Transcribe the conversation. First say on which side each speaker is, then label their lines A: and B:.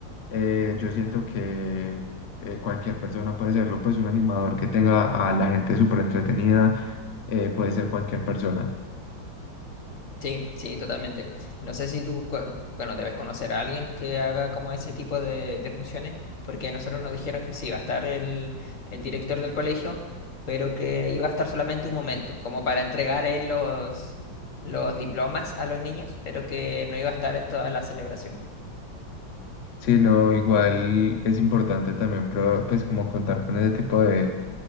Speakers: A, on the left (about 65°); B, on the left (about 45°).
A: eh, yo siento que eh, cualquier persona puede serlo, pues un animador que tenga a la gente súper entretenida, eh, puede ser cualquier persona.
B: Sí, sí, totalmente. No sé si tú, co- bueno, debes conocer a alguien que haga como ese tipo de, de funciones, porque nosotros nos dijeron que sí, iba a estar el, el director del colegio, pero que iba a estar solamente un momento, como para entregar él los, los diplomas a los niños, pero que no iba a estar en toda la celebración.
A: Sí, no, igual es importante también, pro- pues como contar con ese tipo de,